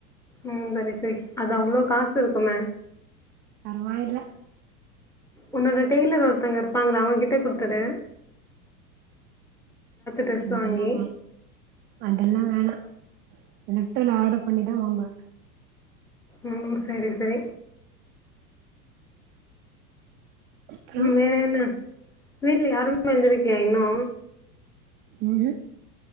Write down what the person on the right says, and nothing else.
பரவாயில்ல
இங்கென்னவா
அதெல்லா வேணா ஜீப்டோல ஆர்டர் பண்ணிதா வாங்குவே
அப்புறோ
ம்